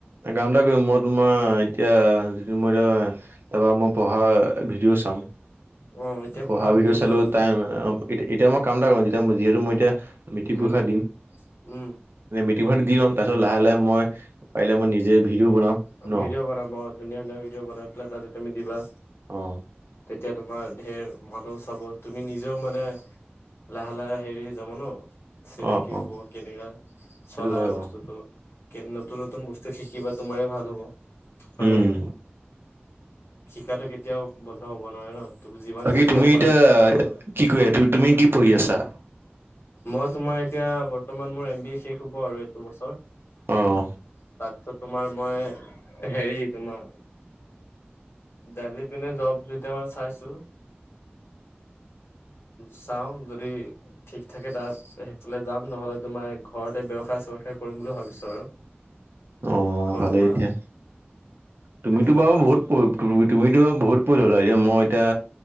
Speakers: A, on the right (about 65°); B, on the left (about 80°).
A: কাম এ কৰিম মই তোমাৰ এতিয়া যি মই এতিয়া তাৰপৰা মই পঢ়া ভিডিঅ' চাম।
B: অ এতিয়া
A: পঢ়া ভিডিঅ' চালো
B: চোৱা তুমি
A: টাইম এতিয়া মই কাম এটা কৰিম। যিহেতু মই এতিয়া মেট্ৰিক
B: উম
A: পৰীক্ষা দিম,
B: উম
A: মেট্ৰিক <unintelligible> দি লম, তাৰপিছত লাহে- লাহে মই পাৰিলে মই নিজে ভিডিঅ' বনাম।
B: অ'
A: ন?
B: ভিডিঅ' বনাম অ'। ধুনীয়া - ধুনীয়া ভিডিঅ' বনাই পেলাই তাৰছত তুমি দিবা।
A: অ',
B: তেতিয়া তোমাৰ ঢেৰ মানুহ চাব। তুমি নিজেও মানে লাহে - লাহে হেৰি হৈ যাব ন'। চিনাকি
A: অ', অ',
B: হব, কেনেকা
A: সেইটো
B: চলাই
A: হয়
B: বস্তুটো,
A: বাৰু।
B: কে নতুন - নতুন বস্তু শিকিবা, তোমাৰে ভাল হ'ব। হয়
A: উম।
B: নে নহয়? শিকাটো কেতিয়াও বন্ধ হব নোৱাৰে ন'। তুমি যিমান
A: বাকী
B: শিকিব
A: তুমি
B: পাৰা
A: এতিয়া
B: শিকি যাব লাগে।
A: কি কৰি- তু- তুমি কি পঢ়ি আছা?
B: মই তোমাৰ এতিয়া বৰ্ত মান মোৰ এম বি এ শেষ হব আৰু এইটো বছৰ। তাৰপিছত
A: অ',
B: তোমাৰ মই হেৰি তোমাৰ দেলহিৰ পিনে জব দুইটামান চাইছোঁ। চাওঁ যদি ঠিক থাকে তাৰ সেইফালে যাম নহলে তোমাৰ ঘৰতে ব্যৱসায় চ্যৱসায় কৰিম বুলি ভাবিছো আৰু।
A: আহ
B: সৰু
A: ভালে
B: মুৰা
A: এতিয়া। তুমিতো
B: সেনেকে
A: বাও
B: ভাবিছো
A: বহুত প তুমিতো ব বহুত পৰি ল'লা এতিয়া মই এতিয়া